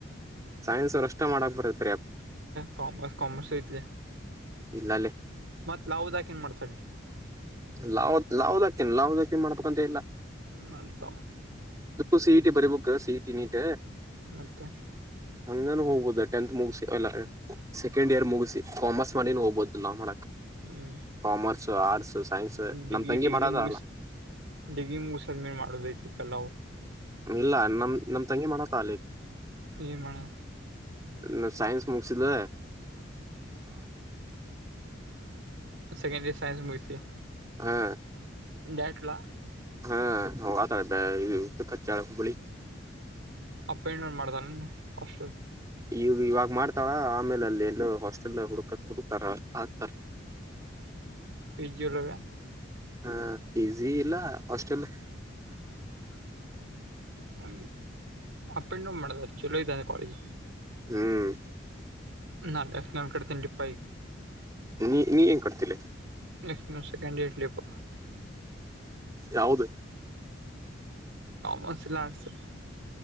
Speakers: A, on the right; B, on the right.
A: ಸೈನ್ಸ್ ಅವರು ಅಷ್ಟೇ ಮಾಡಕ್ ಬರತ್ತದು
B: ಕಾಮರ್ಸ್ ಕಾಮರ್ಸ್ ಐತಲಾ
A: ಇಲ್ಲಲ್ಲೇ
B: ಮತ್ ಲಾದಾಕ ಏನ್ ಮಾಡ್ತಿ
A: ಲಾವ ಲಾವುದಾಕನ್ ಲಾವದಾಕನ್ ಮಾಡ್ಕೊಂತ ಇಲ್ಲ
B: ಮದ
A: ಅ ಸಿಈಟಿ ಬರ್ಬೇಕಕ್ ಸಿಈಟಿ ನೀಟ
B: ಮತ್ತೆ
A: ಹಂಗಾನ ಹೋಗ್ಬೋದ ಅ ಟಂತ್ ಮೂಗಿಸಿ ಒಲೆ ಸೆಕೆಂಡ್ ಇಯರ್ ಮುಗಿಸಿ ಕಾಮರ್ಸ್ ಮ ಹೋಗ್ದಿಲ್ಲಾ ಮಾಡಕ್
B: ಹ್ಮ್
A: ಕಾಮರ್ಸ್ ಆರ್ಟ್ಸ್ ಸೈನ್ಸ್
B: ಡಿಗ್ರಿ
A: ನಮ್ ತಂಗಿ
B: ಡಿಗ್ರಿ
A: ಮಾಡದ
B: ಮುಗಿಸಿ
A: ಅಲ್ಲ
B: ಡಿಗ್ರಿ ಮುಗಿಸದ ಮೇನ್ ಮಾಡೋದಐತ್ರಿ ಪಲ್ಲ
A: ಇಲ್ಲ ನಮ ನಮ ತಂಗಿ ಮಾಡತ್ತ ಲ್ಲ ಈಗ
B: ಏನ್ ಮಾಡ
A: ನ ಸೈನ್ಸ್ ಮುಗಿಸಿದ್ದಲ
B: ಸೆಕೆಂಡ ಸೈ ಮುಗಿಸಿ
A: ಹಾ
B: ಡ್ಯಾಟ್ಲ
A: ಹಾ ಆತಾಳ ಇದು ಕಚ್ಚಾಳ ಹುಬ್ಬಳಿ
B: ಅಪ್ಪ ಇನ್ನೂರು ಮಾಡ್ದಳ ಹಷ್ಟಟರು
A: ಈಗ ಇವಾಗ ಮಾಡ್ತಳ ಆಮೇಲೆ ಅಲ್ಲಿ ಎಲ್ಲ ಹಾಸ್ಟೆಲ್ ಹುಡುಕತ್ ಹುಡುಕ್ತಾರ ಹಾಕ್ತಾರ
B: ಪಜಜುಲ್ಲ
A: ಹ ಈಸಿ ಇಲ್ಲ ಹಾಸ್ಟೆಲ್
B: <inaudible> <unintelligible> ಹ ಅಪ್ಪ ಇನ್ನೂ ಮಾಡದ ಚಲೋ ಇದ್ದ ಕಾಲೇಜ್
A: ಹ್ಮ್
B: ನಾ ನಡ ತಿ ಪೈ
A: ನೀ ನೀ ಏನ್ ಕಡ್ತಿಲ್ಲ
B: ನೆಕ್ಸ್ಟ್ ನಾನು ಸೆಕೆಂಡ್ ಇಯರ್ ಲಿಪ
A: ಯಾವುದು
B: ಮಸಲ್ಲ ಆಡ್ಸ